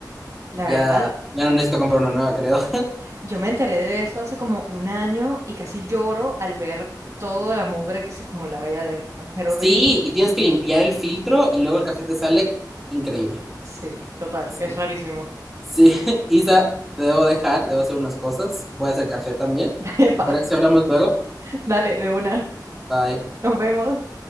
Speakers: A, on the right; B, in the centre.
A: La verdad,
B: ya, ya no necesito comprar una nueva, creo. <laughs>
A: yo me enteré de eso hace como un año y casi lloro al ver toda la mugre que se acumulaba allá adentro. Era
B: Sí,
A: horrible.
B: y tienes que limpiar el filtro y luego el café te sale increíble.
A: Sí, total,
B: Sí,
A: es rarísimo.
B: sí, <laughs> Isa, te debo dejar, debo hacer unas cosas, voy a hacer café también.
A: <laughs> Epa,
B: ¿Te parece si hablamos luego?
A: dale, de una.
B: Bye.
A: Nos vemos.